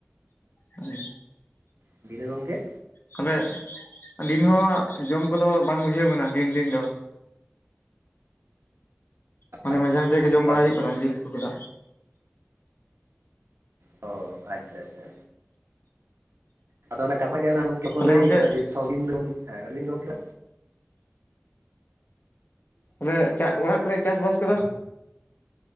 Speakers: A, on the left; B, on the right.
A: ᱦᱩᱸᱼᱼ
B: ᱫᱤᱱ ᱦᱚᱸ ᱜᱚᱝᱠᱮᱼᱼ
A: ᱛᱟᱦᱚᱞᱮ, ᱟᱞᱤᱱ ᱦᱚᱸᱦᱟᱸᱜ ᱡᱚᱢ ᱠᱚᱫᱚ ᱵᱟᱝ ᱵᱩᱡᱷᱟᱹᱣ ᱟᱠᱟᱱᱟ ᱫᱤᱱ-ᱫᱤᱱ ᱫᱚᱼᱼ ᱢᱟᱱᱮ
B: ᱟᱪᱪᱷᱟ
A: ᱢᱟᱡᱷᱮ-ᱢᱟᱡᱷᱮ
B: ᱟᱪᱪᱷᱟ
A: ᱜᱮ ᱡᱚᱢ ᱵᱟᱲᱟᱭ
B: ᱵᱟ
A: ᱦᱩᱭᱩᱜ ᱠᱟᱱᱟ ᱡᱤᱞ ᱠᱚᱫᱚ᱾
B: ᱦᱳᱭ ᱟᱪᱷᱟ-ᱟᱪᱷᱟ᱾ ᱟᱫᱚ ᱚᱱᱟ ᱠᱟᱛᱷᱟ ᱜᱮ ᱚᱱᱟ ᱜᱚᱝᱠᱮ ᱠᱚ
A: ᱛᱟᱦᱚᱞᱮ
B: ᱞᱟᱹᱭ
A: ᱜᱚᱝᱠᱮ
B: ᱠᱟᱫᱟ ᱡᱮ <inaudible> ᱜᱚᱢᱠᱮ
A: ᱛᱟᱞᱦᱮᱸ ᱪᱟ ᱚᱲᱟᱜ ᱠᱚᱨᱮ ᱪᱟᱥᱵᱟᱥ ᱠᱚᱫᱚᱼᱼ